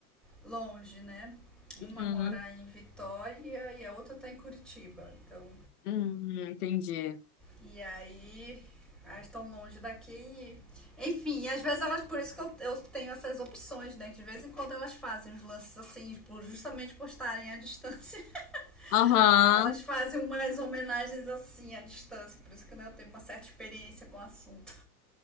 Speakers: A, in the centre; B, on the left.
A: longe, né? Uma
B: Uhum.
A: mora em Vitória e a outra está em Curitiba. Então,
B: Hum, entendi.
A: e aí elas estão longe daqui. e- Enfim, às vezes elas, por isso que eu, eu tenho essas opções, né? Que de vez em quando elas fazem uns lances assim, por- justamente por estarem à distância. <laughs>
B: Aham,
A: Elas fazem umas homenagens assim à distância, por isso que né, eu tenho uma certa experiência com o assunto.